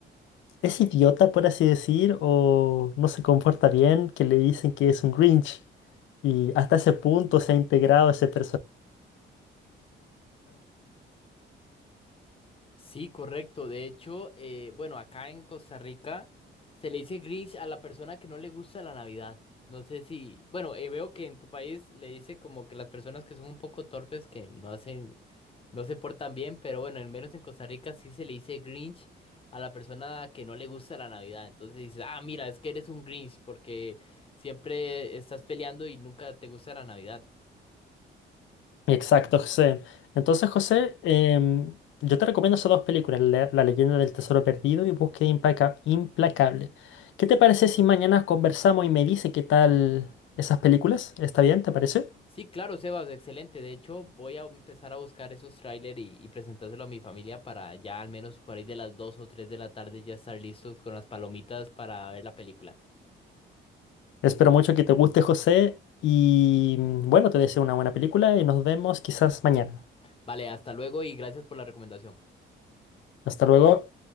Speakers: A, on the left (about 70°); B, on the left (about 30°).
A: es idiota, por así decir, o no se comporta bien, que le dicen que es un Grinch. Y hasta ese punto se ha integrado ese personaje.
B: Sí, correcto. De hecho, eh, bueno, acá en Costa Rica se le dice Grinch a la persona que no le gusta la Navidad. No sé si, bueno, eh, veo que en tu país le dice como que las personas que son un poco torpes, que no hacen, no se portan bien, pero bueno, al menos en Costa Rica sí se le dice Grinch a la persona que no le gusta la Navidad. Entonces dices, ah, mira, es que eres un Grinch porque siempre estás peleando y nunca te gusta la Navidad.
A: Exacto, José. Entonces, José, em, yo te recomiendo esas dos películas, La, La leyenda del tesoro perdido y Búsqueda Impaca- implacable. ¿Qué te parece si mañana conversamos y me dice qué tal esas películas? ¿Está bien? ¿Te parece?
B: Sí, claro, Sebas, excelente. De hecho, voy a empezar a buscar esos tráiler y, y presentárselo a mi familia para ya al menos por ahí de las 2 o 3 de la tarde ya estar listos con las palomitas para ver la película.
A: Espero mucho que te guste, José, y mm, bueno, te deseo una buena película y nos vemos quizás mañana.
B: Vale, hasta luego y gracias por la recomendación.
A: Hasta luego.